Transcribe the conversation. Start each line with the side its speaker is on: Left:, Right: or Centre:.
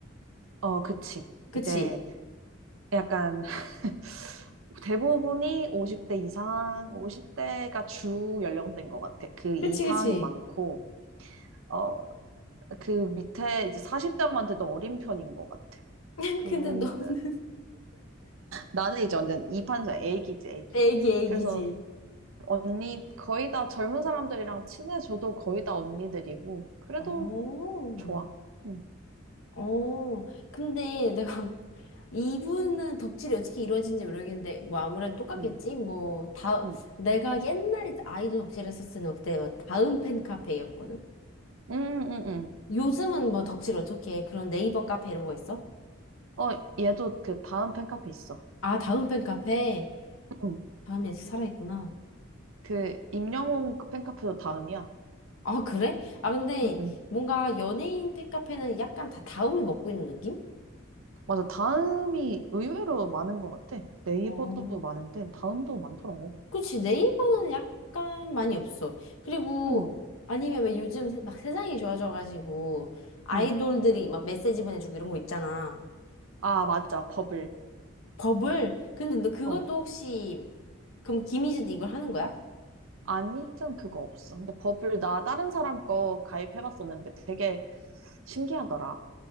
Right: 어, 그치.
Left: 그치?
Right: 이제 약간, <laughs> 대부분이 50대 이상, 50대가 주 연령대인 것 같아. 그 이상이
Left: 그치, 그치.
Right: 많고, 어, 그 밑에 이제 40대한테도 어린 편인 것 같아.
Left: <laughs>
Right: 근데
Left: 근데 너는
Right: 나는 이제 완전 이 판에서 애기지, 애기.
Left: 애기, 애기지.
Right: 그래서 언니 거의 다 젊은 사람들이랑 친해져도 거의 다 언니들이고 그래도
Left: 어,
Right: 좋아. 응,
Left: 어. 근데 내가 <laughs> 이분은 덕질이 어떻게 이루어진지 모르겠는데, 뭐 아무래도 똑같겠지?
Right: 응,
Left: 뭐, 다,
Right: 응,
Left: 내가 옛날에 아이돌 덕질했었을 때 그때 뭐 다음 팬 카페였거든?
Right: 응, 응, 응.
Left: 요즘은 뭐 덕질 어떻게 해? 그런 네이버 카페 이런 거 있어?
Right: 어, 얘도 그 다음 팬카페 있어.
Left: 아, 다음 팬 카페.
Right: 응.
Left: 다음이 아직 살아있구나.
Right: 그 임영웅 그 팬카페도 다음이야.
Left: 아, 그래? 아, 근데
Right: 응, 응.
Left: 뭔가 연예인 팬 카페는 약간 다 다음이 먹고 있는 느낌?
Right: 맞아. 다음이 의외로 많은 것 같아. 네이버도
Left: 어.
Right: 많은데 다음도 많더라고.
Left: 그치, 네이버는 약간 많이 없어. 그리고,
Right: 응,
Left: 아니면 왜 요즘 세- 막 세상이 좋아져가지고, 아이돌들이
Right: 응.
Left: 막 메시지 보내주고 이런 거 있잖아.
Right: 아, 맞아. 버블.
Left: 버블? 근데 너 그것도
Right: 어.
Left: 혹시, 그럼 김희재도 이걸 하는 거야?
Right: 아니, 전 그거 없어. 근데 버블 나 다른 사람 거 가입해봤었는데 되게 신기하더라.